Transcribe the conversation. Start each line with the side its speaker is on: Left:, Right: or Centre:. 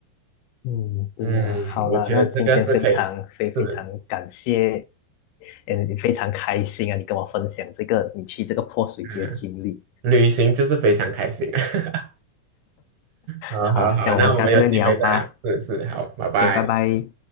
Left: 嗯，对呀，
Right: 嗯，
Left: 好啦，
Right: 我觉得这个是可以，
Left: 那今天非常非非常感谢，
Right: 是，
Left: 嗯，非常开心啊，你跟我分享这个你去这个泼水节的经历。
Right: 嗯，旅行就是非常开心啊。<laughs> 好好好，
Left: 好，这样我们下次再聊吧。
Right: 那我们有机会再聊，是是，好，拜拜。
Left: OK，拜拜。